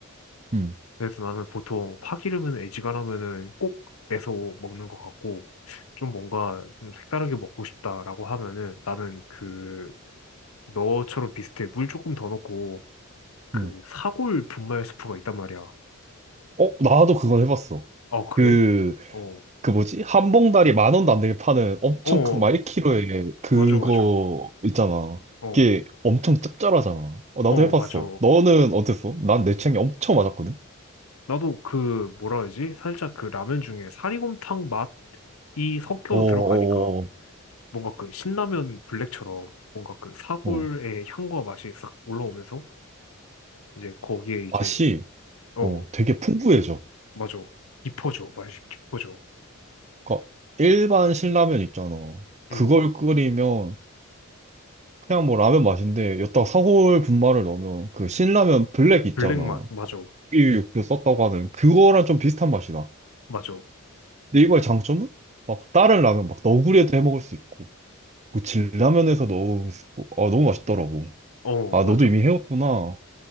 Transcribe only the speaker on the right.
음,
음.
어, 나도 그건 해봤어.
그,
그 뭐지? 한 봉다리 만 원도 안 되게 파는 엄청
큰, 막 1kg에
그거
있잖아.
이게 엄청 짭짤하잖아. 어, 나도
해봤어.
너는 어땠어? 난 내 취향이 엄청 맞았거든?
어,
어,
어, 어.
맛이,
어, 되게 풍부해져.
그러니까 일반 신라면 있잖아. 그걸
끓이면 그냥 뭐 라면 맛인데, 여기다가 사골 분말을 넣으면 그 신라면 블랙 있잖아.
그 고기 육수 썼다고 하는 그거랑 좀 비슷한 맛이다.
근데 이거의 장점은 막 다른 라면 막 너구리에도 해 먹을 수 있고 뭐 진라면에서 넣을 수 있고 아 너무 맛있더라고.
아
너도 이미 해왔구나.